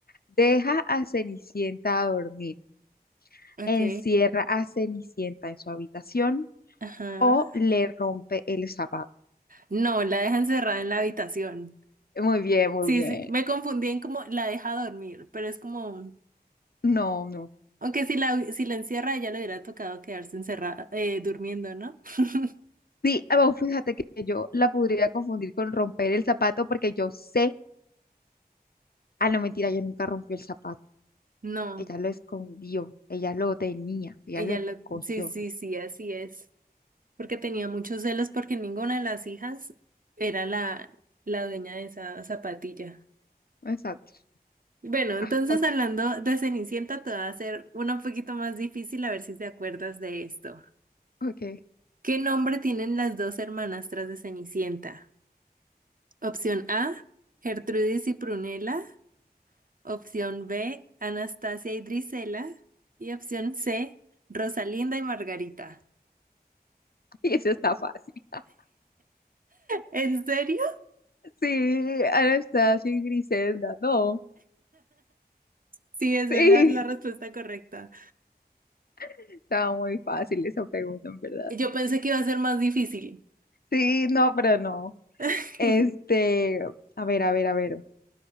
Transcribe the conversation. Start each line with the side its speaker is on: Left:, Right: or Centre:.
Left: Deja a Cenicienta a dormir.
Right: ok.
Left: Encierra a Cenicienta en su habitación.
Right: Ajá.
Left: O le rompe el zapato.
Right: No, la deja encerrada en la habitación.
Left: Muy bien, muy
Right: Sí,
Left: bien.
Right: sí, me confundí en como la deja dormir, pero es como...
Left: No, no.
Right: Aunque si la, si la encierra, ella le hubiera tocado quedarse encerrada, eh, durmiendo, ¿no? <laughs>
Left: Sí, ah, bueno, fíjate que que yo la podría confundir con romper el zapato porque yo sé Ah, no, mentira, ella nunca rompió el zapato.
Right: No,
Left: Ella lo escondió, ella lo tenía, ella
Right: ella
Left: lo
Right: lo...
Left: cogió.
Right: Sí, sí, sí, así es. Porque tenía muchos celos porque ninguna de las hijas era la, la dueña de esa zapatilla.
Left: Exacto.
Right: Bueno, entonces
Left: Ah, otra.
Right: hablando de Cenicienta, te va a hacer una un poquito más difícil a ver si te acuerdas de esto.
Left: Ok. <laughs>
Right: ¿Qué nombre tienen las dos hermanastras de Cenicienta? Opción A, Gertrudis y Prunella. Opción B, Anastasia y Drisela. Y opción C, Rosalinda y Margarita.
Left: Y eso está fácil. <laughs>
Right: ¿En serio?
Left: Sí, Anastasia y Griselda, no.
Right: Sí, esa
Left: Sí,
Right: es la, la respuesta correcta.
Left: <laughs> estaba muy fácil esa pregunta, en verdad.
Right: Yo pensé que iba a ser más difícil.
Left: Sí, no, pero no.
Right: <laughs>
Left: Este, a ver, a ver, a ver.